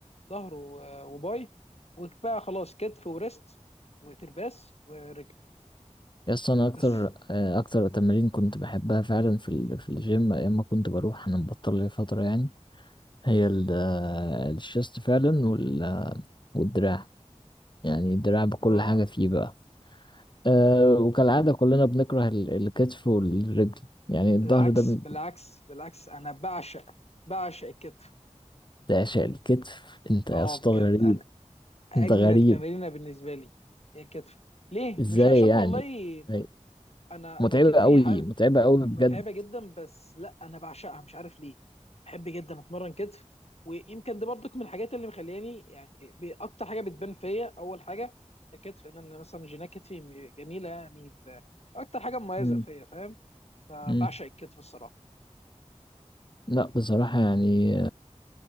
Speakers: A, on the left; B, on the left.
A: ظهر و- آه، وباي وبقى خلاص كتف وريست وترباس ورجل
B: يس انا اكتر
A: بس
B: آه، اكتر تمارين كنت بحبها فعلا في ال- في الجيم ايام ما كنت بروح انا مبطل لي فتره يعني هي ال- آه، الشيست فعلا وال- والدراع يعني الدراع بكل
A: اه
B: حاجه فيه بقى أه وكالعاده كلنا بنكره ال- الكتف والرجل يعني الظهر
A: بالعكس
B: ده ب-
A: بالعكس بالعكس انا بعشق بعشق الكتف
B: تعشق الكتف انت يا
A: اه
B: اسطى غريب
A: بجد اجمد
B: انت غريب
A: تمرينه بالنسبه لي هي الكتف ليه
B: ازاي
A: مش عشان
B: يعني
A: والله
B: أي.
A: انا
B: متعبه
A: انا كتفي
B: قوي
A: ح-
B: متعبه قوي بجد
A: متعبه جدا بس لا انا بعشقها مش عارف ليه بحب جدا اتمرن كتف ويمكن دي برضك من الحاجات اللي مخلياني يعني ب- اكتر حاجه بتبان فيا اول حاجه الكتف انا أنا مثلا جينات كتفي م- جميله يعني ب- اكتر حاجه مميزه
B: مم.
A: فيا فاهم فبعشق
B: مم.
A: الكتف الصراحه
B: لا بصراحه يعني